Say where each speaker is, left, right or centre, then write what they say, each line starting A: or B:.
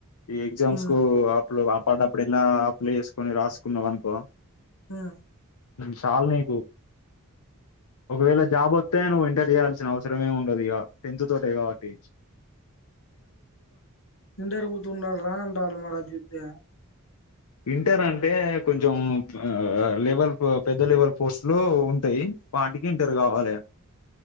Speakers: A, on the left; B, on the left.
A: ఈ ఎగ్జమ్స్
B: హ్మ్
A: కో అప్పుడు అప్పు పడప్పుడు ఎలా అప్పులు చేసుకొని రాసుకున్నావు అనుకో
B: ఆ
A: చాల నీకు ఒకవేళ జాబ్ వస్త నువ్వు ఇంటర్ చేయాలి వచ్చినవసరమే ఉండదు ఇక టెన్త్ తోట కాబట్టి
B: ఇంటరుగుతుండాలి రా అంటారు మరి అద్ చెప్యా
A: ఇంటర్ అంటే కొంచెం అ లెవెల్ పెద్ద లెవెల్ పోస్ట్లు ఉంటాయి వాటికి ఇంటర్ కావాలి.